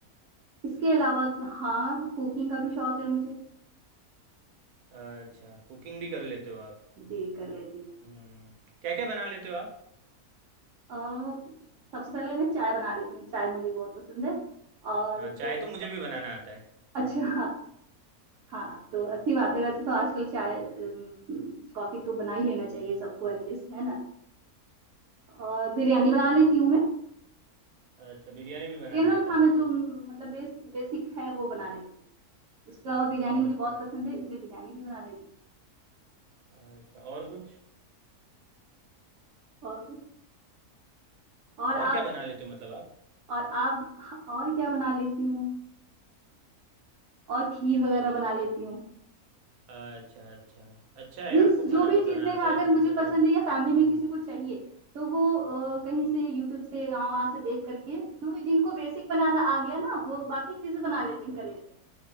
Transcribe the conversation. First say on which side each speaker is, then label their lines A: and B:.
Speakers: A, on the right; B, on the right.
A: इसके अलावा हाँ कुकिंग का भी शौक है मुझे
B: अच्छा कुकिंग भी कर लेते हो आप
A: जी कर लेती हूँ मैं
B: हम्म क्या क्या बना लेते हो आप
A: अ, सबसे पहले मैं चाय बना लेती हूँ चाय मुझे बहुत पसंद है और
B: हाँ
A: फिर
B: चाय तो मुझे भी बनाना आता है
A: अच्छा हाँ तो अच्छी बात है वैसे तो आजकल चाय अम, कॉफी तो बना ही लेना चाहिए सबको एटलीस्ट है ना और बिरयानी बना लेती हूँ मैं
B: अच्छा बिरयानी भी बनाना
A: जनरल
B: आता
A: खाना
B: है आपको
A: जो म, मतलब बेस बेसिक है वो बना लेती हूँ उसके अलावा बिरयानी
B: अच्छा
A: मुझे बहुत पसंद है इसलिए बिरयानी भी बना लेती हूँ
B: अच्छा और कुछ
A: और कुछ और
B: और
A: आप
B: क्या बना लेते हो मतलब आप
A: और आप और क्या बना लेती हूँ और खीर वगैरह बना लेती हूँ
B: अच्छा अच्छा अच्छा है
A: मीन्स
B: आपको
A: जो
B: खाना
A: भी
B: पकाना
A: चीजें हैं
B: आता
A: अगर
B: है
A: मुझे
B: वो तो
A: पसंद है या फैमिली में
B: हम्म,
A: किसी को चाहिए तो वो अ,
B: हम्म,
A: कहीं से यूट्यूब से यहाँ वहां से देख करके क्योंकि जिनको बेसिक बनाना आ गया ना
B: हम्म।
A: वो बाकी चीजें बना लेते हैं कर लेते हैं